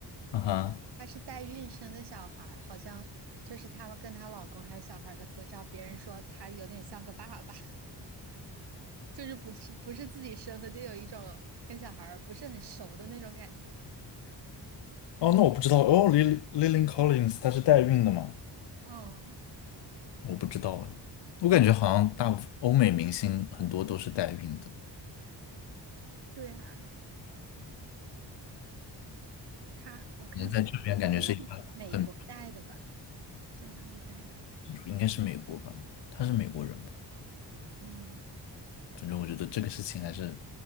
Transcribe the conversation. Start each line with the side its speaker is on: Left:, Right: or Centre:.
Left: 啊哈，
Right: 她是代孕生的小孩儿，好像就是他们跟她老公还有小孩儿的合照，别人说她有点像个爸爸，<laughs> 就是不是不是自己生的，就有一种跟小孩儿不是很熟的那种感觉。
Left: 哦，那我不知道，哦，Lily Lily Collins 她是代孕的吗？
Right: 嗯，
Left: 我不知道哎，我感觉好像大部分欧美明星很多都是代孕的，
Right: 对啊，她我看她，
Left: 人在这边感觉是一个很，
Right: 她是在美国待的吧，在哪里待的？
Left: 应该是美国吧，她是美国人吧。
Right: 嗯，
Left: 反正我觉得这个事情还是，